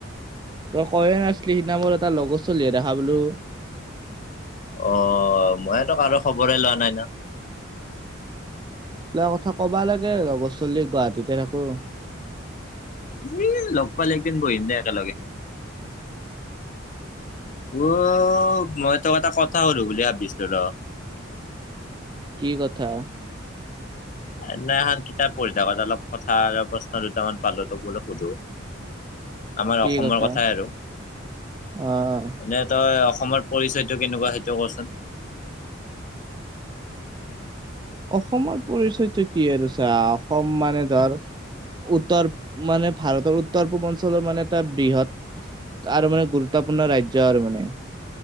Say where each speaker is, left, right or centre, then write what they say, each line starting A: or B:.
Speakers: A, on the right; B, on the left.
A: তই কৈয়ে নাছিলি সিদিনা মোৰ এটা লগৰ চলি দেখা পালোঁ
B: অ', মইতো কাৰো খবৰে লোৱা নাই ন'
A: এইগিলা কথা কবা লাগে লগৰ চলি গুৱাহাটীতে থাকো।
B: এই লগ পালে একদিন বহিম দে একেলগে। অ', মই তোক এটা কথা সোধো বুলি ভাবিছিলোঁ ৰ'
A: কি কথা?
B: সেইদিনা এখন কিতাপ পঢ়ি থাকত অলপ কথা আৰু প্ৰশ্ন দুটামান পালো তোক বোলে সোধো। আমাৰ
A: কি
B: অসমৰ
A: কথা
B: কথাই আৰু
A: অ অ
B: এনে তই অসমৰ পৰিচয়টো কেনেকুৱা সেইটো কচোন?
A: অসমৰ পৰিচয়টো কি আৰুছা অসম মানে ধৰ উত্তৰ মানে ভাৰতৰ উত্তৰ পূবৰ অঞ্চলৰ মানে এটা বৃহৎ আৰু মানে গুৰুত্বপূৰ্ণ ৰাজ্য আৰু মানে।